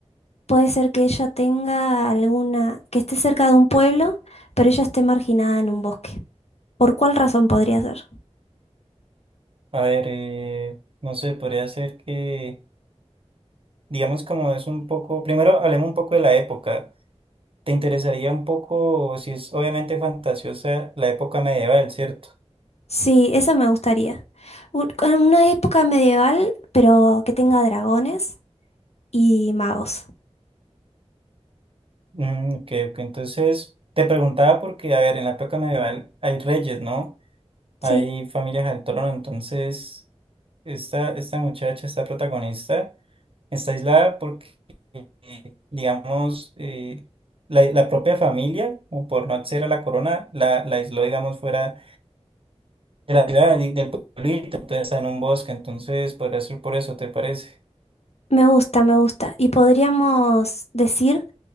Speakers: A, on the left; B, on the right.
A: puede ser que ella tenga alguna, que esté cerca de un pueblo, pero ella esté marginada en un bosque. ¿Por cuál razón podría ser?
B: A ver, eh, no sé, podría ser que, digamos, como es un poco, primero hablemos un poco de la época. ¿Te interesaría un poco, si es obviamente fantasiosa, la época medieval, ¿cierto?
A: Sí, esa me gustaría. Un- con una época medieval, pero que tenga dragones y magos.
B: Mm, ok, ok. Entonces, te preguntaba porque, a ver, en la época medieval hay reyes, ¿no?
A: Sí,
B: Hay familias al trono, entonces, esta, esta muchacha, esta protagonista. está aislada porque, eh, digamos, eh, la, la propia familia, o por no acceder a la corona, la, la aisló, digamos, fuera de la ciudad, y del pueblito, entonces está en un bosque, entonces podría ser por eso, ¿te parece?
A: me gusta, me gusta. Y podríamos decir